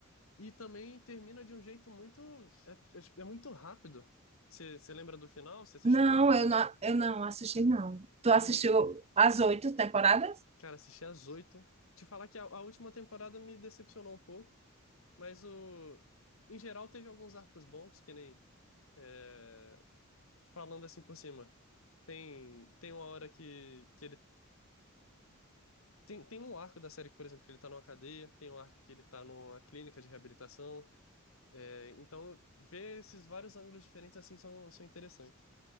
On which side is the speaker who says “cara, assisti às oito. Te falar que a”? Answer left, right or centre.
Left